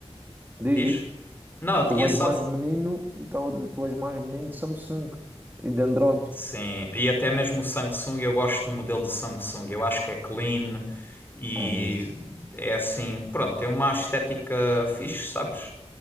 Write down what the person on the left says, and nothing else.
diz?
Não,
ia
só.
Sim, e até mesmo o Samsung, eu gosto do modelo de Samsung. Eu acho que é clean e
é assim, pronto, tem uma estética fixe, sabes?